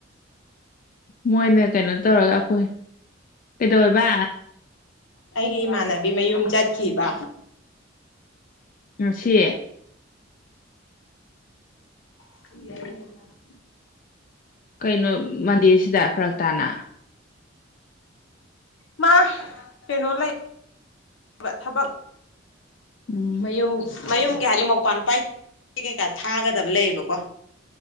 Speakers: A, on the left; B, on the left.
A: ꯃꯣꯏꯅ ꯀꯩꯅꯣ ꯇꯧꯔꯒ ꯑꯩꯈꯣꯏ ꯀꯩꯗꯧꯋꯦꯕ
B: ꯑꯩꯒꯤ ꯏꯃꯥꯟꯅꯕꯤ ꯃꯌꯨꯝ ꯆꯠꯈꯤꯕ
A: ꯉ ꯁꯤ
B: ꯎ
A: ꯀꯩꯅꯣ ꯃꯟꯗꯦꯁꯤꯗ ꯐꯔꯛ ꯇꯥꯅ
B: ꯃꯥ ꯀꯩꯅꯣ ꯂꯩ ꯊꯕꯛ
A: ꯎꯝ
B: ꯃꯌꯨꯝ ꯃꯌꯨꯝꯒꯤ ꯍꯥꯏꯗꯤ ꯃꯧꯄꯥꯟꯄꯥ ꯀꯩꯀꯥ ꯊꯥꯒꯗꯕ ꯂꯩꯌꯦꯕꯀꯣ